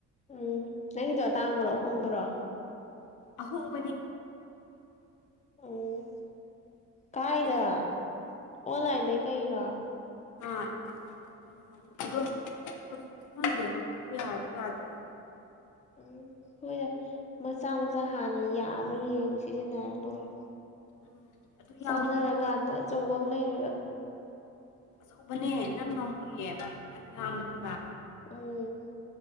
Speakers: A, on the left; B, on the left.
A: ꯎꯝ ꯅꯪꯒꯤꯗꯣ ꯇꯥꯡꯕ꯭ꯔꯣ ꯍꯣꯡꯕ꯭ꯔꯣ
B: ꯑꯍꯣ ꯃꯅꯤ
A: ꯎꯝ ꯀꯥꯏꯗ
B: ꯑꯩꯠꯇꯤ
A: ꯑꯣꯟꯂꯥꯏꯟꯗꯩ ꯀꯩꯔꯣ
B: ꯑꯥꯃ ꯇꯧꯖꯒꯣ ꯑꯩꯈꯣꯏ ꯅꯍ ꯑꯃꯨꯛ ꯑꯗꯣ ꯍꯧꯖꯤꯛꯇꯤ ꯍꯪꯗꯦ ꯀꯛꯄ ꯌꯥꯔꯕ ꯌꯥꯗꯕ꯭ꯔꯥ
A: ꯎꯝ ꯍꯣꯏꯗ ꯃꯆꯥ ꯃꯆꯥ ꯍꯥꯟꯅ ꯌꯥꯕ꯭ꯔꯥ ꯌꯦꯡ ꯁꯤꯖꯤꯟꯅꯔ ꯂꯣꯏꯔꯦ
B: ꯎꯝ ꯑꯗꯨ
A: ꯆꯥꯟꯅꯔꯀꯥꯟꯗ
B: ꯌꯥꯝ
A: ꯑꯆꯧꯕ ꯑꯃ ꯂꯩꯔꯦꯕ
B: ꯑꯆꯧꯕꯅꯦ ꯅꯪ ꯉꯝꯃꯨꯌꯦꯕ ꯌꯥꯝ ꯌꯥꯝꯕꯅꯦꯕ
A: ꯎꯝ